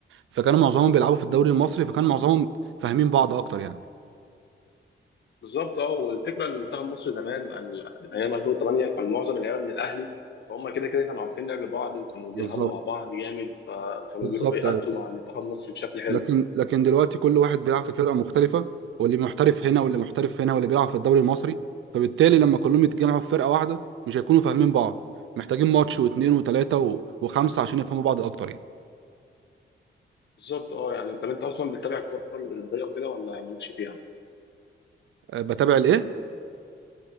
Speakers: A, on the right; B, on the left.
A: فكانوا معظمهم بيلعبوا في الدوري المصري فكان معظمهم فاهمين بعض اكتر يعني
B: بالظبط اه والفكره ان منتخب مصر زمان ال- ايام 2008 كان معظم اللعيبه من الاهلي فهم كده كده كانوا عارفين لعب بعض وكانوا بيلعبوا
A: بالظبط
B: مع بعض جامد فكانوا
A: بالظبط
B: بيروحوا يأدوا مع منتخب مصر بشكل حلو
A: لكن لكن دلوقتي كل واحد بيلعب في فرقه مختلفه واللي محترف هنا واللي محترف هنا واللي بيلعب في الدوري المصري فبالتالي لما كلهم يتجمعوا في فرقه واحده مش هيكونوا فاهمين بعض محتاجين ماتش واثنين وثلاثه و- وخمسه عشان يفهموا بعض اكتر يعني
B: بالظبط اه يعني انت انت اصلا بتتابع الكره الاوروبيه وكده ولا مالكش فيها؟
A: أه، بتابع الايه